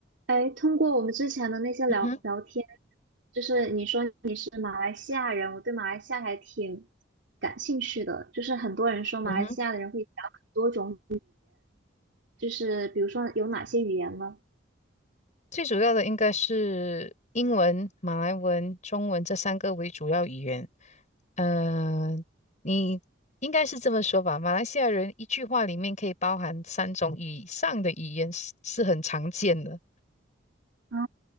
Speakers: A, on the right (about 75°); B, on the left (about 40°).
A: 哎，通过我们之前的那些聊聊天，
B: 嗯哼，
A: 就是你说你是马来西亚人，我对马来西亚还挺感兴趣的。就是很多人说马来西亚的人会讲很多种，
B: 嗯哼，
A: 就是比如说有哪些语言呢？
B: 最主要的应该是英文、马来文、中文这三个为主要语言。嗯、你应该是这么说吧？马来西亚人一句话里面可以包含三种以上的语言是是很常见的。
A: 啊，